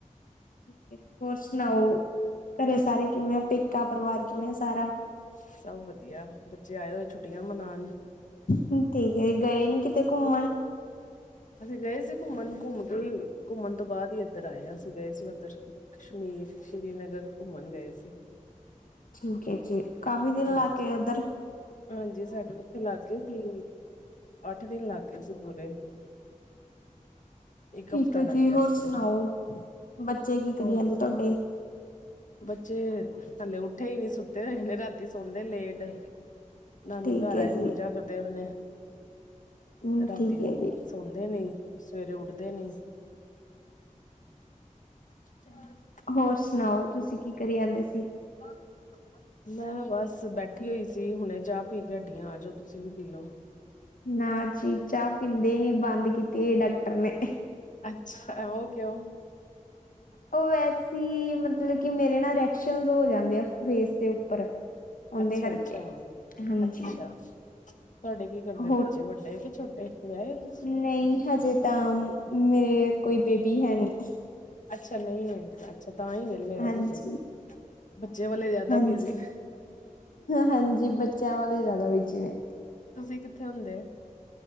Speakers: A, on the left; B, on the left.
A: ਠੀਕ ਐ, ਹੋਰ ਸੁਣਾਓ ਘਰੇ ਸਾਰੇ ਕਿਵੇਂ ਆ ਪੇ ਕਾ ਪਰਿਵਾਰ ਕਿਵੇਂ ਆ ਸਾਰਾ?
B: ਸਭ ਵਧੀਆ ਬੱਚੇ ਆਏ ਹੋਏ ਛੁੱਟੀਆਂ ਮਨਾਣ।
A: ਠੀਕ ਐ ਇਹ ਗਏ ਨੀ ਕਿਤੇ ਘੁੰਮਣ?
B: ਅਸੀਂ ਗਏ ਸੀ ਘੁੰਮਣ ਘੁੰਮ ਕੇ ਘੁੰਮਣ ਤੋਂ ਬਾਅਦ ਹੀ ਏਧਰ ਆਏ ਆ ਅਸੀਂ ਗਏ ਸੀ ਉੱਧਰ ਕਸ਼ਮੀਰ, ਸ਼੍ਰੀਨਗਰ ਘੁੰਮਣ ਗਏ ਸੀ।
A: ਠੀਕ ਐ ਜੀ, ਕਾਫੀ ਦਿਨ
B: ਹਾਂਜੀ।
A: ਲਾ ਕੇ ਆਏ ਉੱਧਰ
B: ਹਾਂਜੀ ਸਾਡੇ ਉੱਥੇ ਲੱਗ ਗਏ ਸੀ ਅੱਠ ਦਿਨ ਲੱਗ ਗਏ ਸੀ ਪੂਰੇ। ਇੱਕ
A: ਠੀਕ
B: ਹਫ਼ਤਾ
A: ਐ
B: ਲੱਗ
A: ਜੀ
B: ਗਿਆ
A: ਹੋਰ
B: ਸੀ
A: ਸੁਣਾਓ,
B: ਪੂਰਾ।
A: ਬੱਚੇ ਕੀ ਕਰੀ
B: ਹੋਰ
A: ਜਾਂਦੇ ਤੁਹਾਡੇ?
B: ਬੱਚੇ ਹਲੇ ਉੱਠੇ ਹੀ ਨੀ ਸੁੱਤੇ ਹਲੇ ਰਾਤੀ ਸੌਦੇ ਲੇਟ ਨਾਨੀ
A: ਠੀਕ
B: ਘਰ
A: ਹੈ
B: ਆਏ
A: ਜੀ
B: ਮੋਜਾਂ ਕਰਦੇ ਪਏ ਨੇ।
A: ਹੂੰ
B: ਰਾਤੀ
A: ਠੀਕ ਹੈ ਜੀ
B: ਸੌਦੇ ਨੀ, ਸਵੇਰੇ ਉੱਠਦੇ ਨੀ। <unintelligible>
A: ਹੋਰ ਸੁਣਾਓ, ਤੁਸੀਂ ਕੀ ਕਰੀ ਜਾਂਦੇ ਸੀ।
B: <unintelligible> ਮੈਂ ਬਸ ਬੈਠੀ ਹੋਈ ਸੀ ਹੁਣੇ ਚਾਹ ਪੀ ਕੇ ਹਟੀ ਆ ਆਜੋ ਤੁਸੀਂ ਵੀ ਪੀ ਲਓ।
A: ਨਾ ਜੀ ਚਾਹ ਪੀਂਦੇ ਹੀ ਨੀ ਬੰਦ ਕੀਤੀ ਹੋਈ ਡਾਕਟਰ ਨੇ।
B: ਅੱਛਾ ਓ ਕਿਉ?
A: ਉਹ ਵੈਸੀ ਮਤਲਬ ਕਿ ਮੇਰੇ ਨਾ ਰਐਕਸ਼ਨਜ ਹੋ ਜਾਂਦੇ ਆ ਫੇਸ ਦੇ ਉੱਪਰ। ਉਹਦੇ
B: ਅੱਛਾ,
A: ਕਰਕੇ
B: ਅੱਛਾ,
A: ਹਾਂਜੀ
B: ਅੱਛਾ ਤੁਹਾਡੇ ਕੀ ਕਰਦੇ
A: ਹੋਰ
B: ਬੱਚੇ ਵੱਡੇ ਕਿ ਛੋਟੇ ਟੇ ਵਿਆਹੇ ਹੋ ਤੁਸੀ?
A: ਨਹੀਂ ਹਜੇ ਤਾਂ ਮੇਰੇ ਕੋਈ ਬੇਬੀ ਹੈ ਨਈ।
B: ਅੱਛਾ ਨਹੀਂ ਹੈ, ਅੱਛਾ ਤਾਂ ਹੀ ਵੇ ਹਲੇ ਹੋ
A: ਹਾਂਜੀ।
B: ਤੁਸੀਂ ਬੱਚਿਆ ਵਾਲੇ ਜਿਆਦਾ
A: ਹਾਂਜੀ
B: ਬਿਜੀ ਨੇ
A: ਹਾਂਜੀ ਬੱਚਿਆਂ ਵਾਲੇ ਜ਼ਿਆਦਾ ਬਿਜੀ ਨੇ
B: ਤੁਸੀਂ ਕਿੱਥੇ ਹੁੰਦੇ?